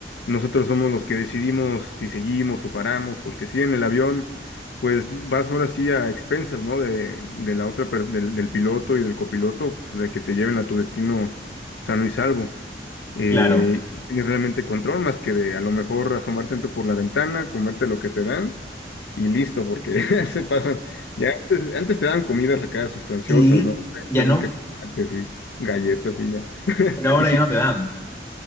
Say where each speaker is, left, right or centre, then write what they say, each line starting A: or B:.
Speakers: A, on the left; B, on the left.
A: Nosotros somos los que decidimos si seguimos o paramos, porque si en el avión, pues vas ahora sí a expensas, ¿no? De, de la otra, per- del, del piloto y del copiloto, pues, de que te lleven a tu destino sano y salvo eh,
B: Claro.
A: no tienes realmente control más que de a lo mejor asomarte en tu- por la ventana, comerte lo que te dan y listo, porque <laughs> se pasan. Ya antes, antes te dan comidas acá sustanciosas,
B: Sí,
A: ¿no?
B: ya
A: Te
B: no,
A: dan cacahuates y galletas y ya. <laughs>
B: pero ahora
A: Y sí,
B: ya no te dan.